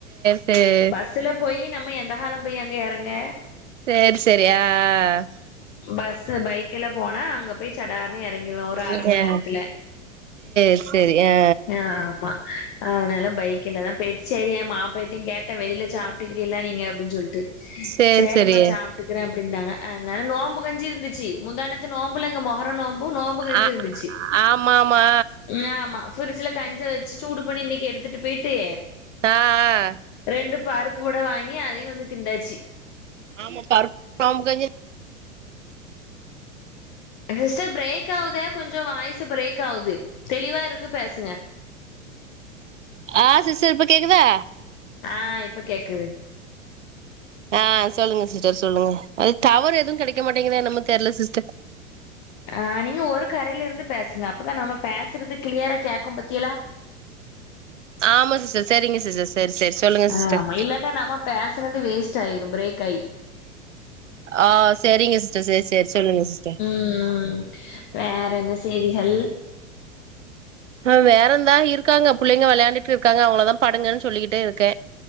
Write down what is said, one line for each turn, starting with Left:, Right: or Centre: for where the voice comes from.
Right: உம்
Left: பஸ்ஸூல போயி நம்ம எந்த காலம் போய் அங்க எறங்க
Right: சேரி சேரி ஆ ஆ
Left: பஸ்ஸு பைக்கிலா போனா அங்க போய் சடார்னு இறங்கிடுவே ஒரு
Right: ஆ
Left: அரை மணி நேரத்துல
Right: சேரி சேரி ஆ
Left: ஹ் ஆமா அதனால பைக்ல்லதா போயிட்டு சரியென் மாப்ளயிட்டு கேட்டே வெளியில சாப்பிட்டுக்கிறியளா நீங்க அப்டின் சொல்ட்டு
Right: சேரி
Left: சரிம்மா
Right: சேரி
Left: சாப்புட்டுக்குறே அப்டின்டாங் அதனால நோம்பு கஞ்சி இருந்துச்சி முந்தாநேத்து நோன்ம்புலங்க மொகரோ நோன்ம்பு நோன்ம்பு கஞ்சி
Right: ஆ
Left: இருந்துச்சி
Right: ஆமா ஆமா
Left: ம் ஆமா பிரிட்ஜ்ல கஞ்சி வச்சு சூடு பண்ணி இன்னைக்கு எடுத்துட்டு போயிட்டு
Right: ஆ ஹ
Left: ரெண்டு பருப்பு வட வாங்கி அதையும் கொஞ்சம் திண்டாச்சி
Right: ஆமா பருப்பு நோம்பு காஞ்சு
Left: சிஸ்டர் பிரேக் ஆவுது கொஞ்சம் வாய்ஸ்ஸு பிரேக் ஆவுது தெளிவா இருக்கு பேசுங்க
Right: ஆஹ் சிஸ்டர் இப்ப கேக்குதா
Left: ஆஹ் இப்ப கேக்குது
Right: ஆஹ் சொல்லுங்க சிஸ்டர் சொல்லுங்க அது டவர் எதுவும் கெடைக்க மாட்டேங்குதா என்னமோ தெர்ல சிஸ்டர்
Left: ஆஹ் நீங்க ஒரு கரையில இருந்து பேசுங்க அப்தா நம்ம பேசுறது கிளியரா கேக்கு பத்தியலா
Right: ஆமா சிஸ்டர் செரிங்க சிஸ்டர் செரி செரி சொல்லுங்க
Left: ஆமா
Right: சிஸ்டர்
Left: இல்லாட்டா நம்ம பேசறது வேஸ்ட் ஆயிரும் பிரேக் ஆயி
Right: ஆஹ் சரிங்க சிஸ்டர் செரி செரி சொல்லுங்க சிஸ்டர்
Left: ம்ம்ம் வேற என்ன செய்திகள்
Right: ஆஹ வேறந்தா இருக்காங்க புள்ளைங்க வெளையாண்டுட்டு இருக்காங்க அவங்களதா படுங்கன் சொல்லிக்கிட்டே இருக்கே